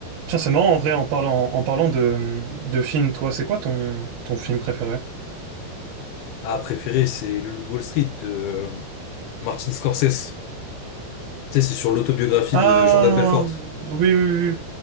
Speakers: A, on the right; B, on the left.
A: Tiens, c'est marrant en vrai, en parlant, en parlant de, de film, toi, c'est quoi ton, ton film préféré?
B: Ah, préféré, c'est Le Loup de Wall Street de euh, Martin Scorsese. Tu sais, c'est sur l'autobiographie
A: Ah,
B: de Jordan Belfort.
A: oui, oui, oui,